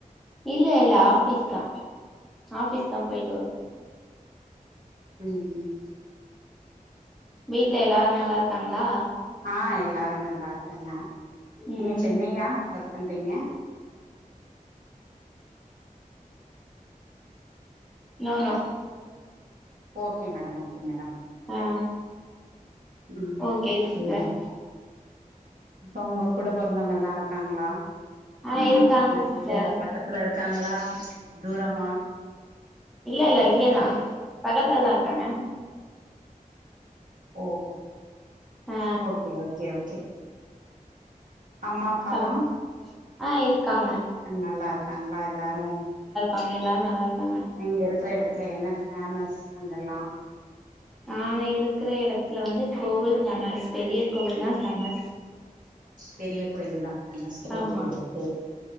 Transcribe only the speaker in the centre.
இல்ல இல்ல ஆஃபீஸ் தா ஆஃபிஸ் தா பொயிட்டு வ
வீட்ல எல்லாரு நல்லாருக்காங்களா
ம்
நானா
அ
ஓகே சிஸ்டர்
ஆ இருக்காங்க
சிஸ்டர்
இல்ல இல்ல இங்கதா பக்கத்துலதா இருக்காங்க
ஆ
தம் ஆ இருக்காங்க
ங்க எல்லாரு நல்லா இருக்காங்க
நாங்க இருக்கிற இடத் இதுல வந்து கோவில் ஃபேமஸ் பெரிய கோவில் தா ஃபேமஸ்
ஆமா